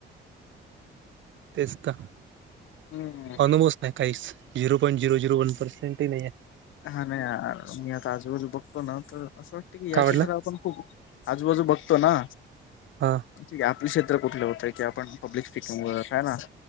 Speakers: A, on the right; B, on the left.
A: तेच तर
B: हम्म
A: अनुभवच नाही काहीच. हीरो पण झिरो झिरो वन पर्सेंटही नाहीये.
B: हा ना यार मी आता आजूबाजू बघतो ना तर असं वाटते की
A: काय
B: या
A: म्हटला?
B: क्षेत्रा आपण खूप आजूबाजू बघतो ना
A: हा
B: ठीक आहे. आपले क्षेत्र कुठलं होतय की आपण पब्लिक स्पिकि मुळं हे न.